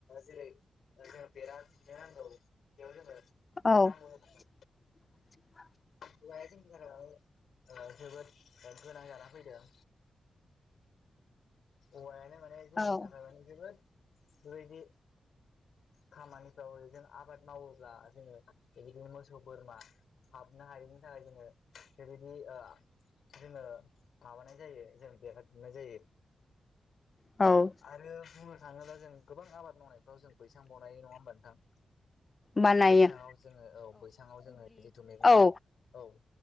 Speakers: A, on the left (about 80°); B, on the left (about 40°).
A: जेरै जोंनो बेरा दुमनो नांगौ बेयाव
B: औ
A: जोङो
B: <inaudible>
A: औवाया जोंनि थाखाय जोबोद गोनां जाना फैदों औवायानो माने जोंनि
B: औ
A: थाखाय माने जोबोद बेबायदि खामानिफ्राव जों आबाद मावोब्ला जोङो बिदिनो मोसौ बोरमा हाबनो हायैनि थाखाय जोङो बेबायदि जोङो माबानाय जायो जों बेरा दुमनाय जायो
B: औ
A: आरो बुंनो थाङोब्ला जों गोबां आबाद मावनायफ्राव जों बैसां बनायो नङा होमबा नोंथां
B: बानायो
A: बैसाङाव जोङो औ बैसाङाव जोङो जिथु मैगंफोर
B: औ
A: औ